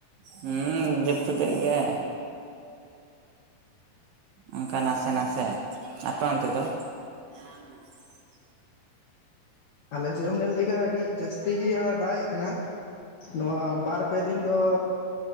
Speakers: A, on the right; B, on the left.
A: ᱦᱩᱸ ᱡᱟᱹᱯᱩᱫ ᱛᱮᱫ ᱜᱮᱭᱟᱭ᱾ ᱚᱱᱠᱟ ᱱᱟᱥᱮ ᱱᱟᱥᱮ ᱟᱯᱮ ᱚᱱᱛᱮ ᱫᱚ? <unintelligible>
B: ᱟᱞᱮ ᱥᱮᱫᱦᱚᱢ ᱢᱮᱱ ᱞᱮᱠᱷᱟᱱ ᱟᱹᱰᱤ ᱡᱟᱹᱥᱛᱤ ᱜᱮᱟ ᱫᱟᱜᱮᱡ ᱠᱟᱱᱟ᱾ ᱱᱚᱣᱟ ᱵᱟᱨ ᱯᱮ ᱫᱤᱱ ᱫᱚ,